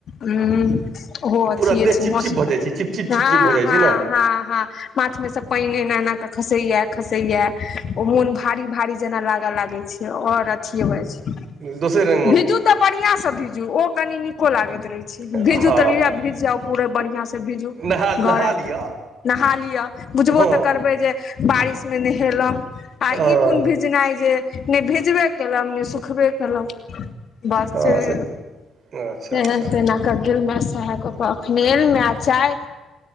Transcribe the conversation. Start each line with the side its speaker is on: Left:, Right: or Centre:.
Left: उम्म ओहो अथिये
Right: पूरा देह
Left: छै
Right: चिपचिप
Left: मौसम
Right: भऽ जाइ छै चिपचिप
Left: हँ
Right: चिपचिप भऽ जाइ
Left: हँ
Right: छै ने
Left: हँ हं। माथ में से पानि एना- एना क खसैया- खसैया। ओ मोन भारी -भारी जेना लागऽ लागै छै और अथिये भ जाय छै।
Right: दोसर नै।
Left: भीजू तऽ बढ़िया स भीजू ओ कनी नीको लागैत रहेै छै,
Right: हँ
Left: भीजू तऽ लिअ भीज जाउ। पूरा बढ़िया से भीजू
Right: नहा
Left: घर
Right: नहा
Left: आबि
Right: लिअ
Left: नहा लिअ बुझबो
Right: हँ
Left: तऽ करबै जे बारिशमे नहेलहुँ। आ
Right: हँ
Left: ई कोन भीजनाइ जे नै भीजबे केलहु ने सुखबे केलहुं। बस
Right: हँ
Left: चल
Right: से अच्छा
Left: नहा
Right: अच्छा
Left: सोना के गेल सैह गप। तऽ एखने एलौं आ चाय